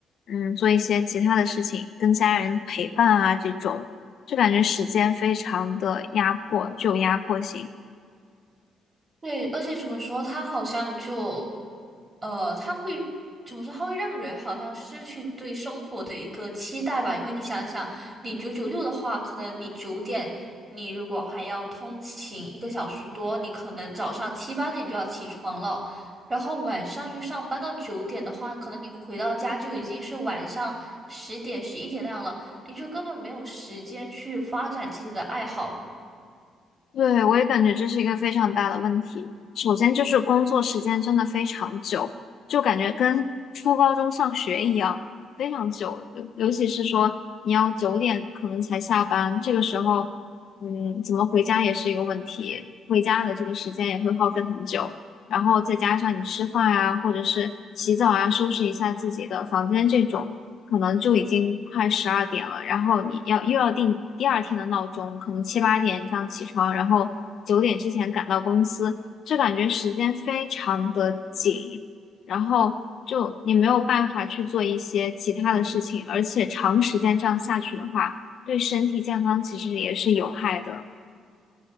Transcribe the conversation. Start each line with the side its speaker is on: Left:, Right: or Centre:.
Left: 嗯，做一些其他的事情，跟家人陪伴啊这种，就感觉时间非常的压迫，具有压迫性。
Right: 对，而且怎么说，他好像就，呃，他会怎么说？他会让人好像失去对生活的一个期待吧。因为你想想，你九九六的话，可能你九点，你如果还要通勤一个小时多，你可能早上七八点就要起床了，然后晚上又上班到九点的话，可能你回到家就已经是晚上十点、十一点那样了，你就根本没有时间去发展自己的爱好。
Left: 对，我也感觉这是一个非常大的问题。首先就是工作时间真的非常久，就感觉跟初高中上学一样，非常久。尤尤其是说你要九点可能才下班，这个时候，嗯，怎么回家也是一个问题，回家的这个时间也会耗费很久。然后再加上你吃饭呀，或者是洗澡啊，收拾一下自己的房间这种，可能就已经快十二点了。然后你要又要定第二天的闹钟，可能七八点这样起床，然后九点之前赶到公司，就感觉时间非常的紧，然后就你没有办法去做一些其他的事情，而且长时间这样下去的话，对身体健康其实也是有害的。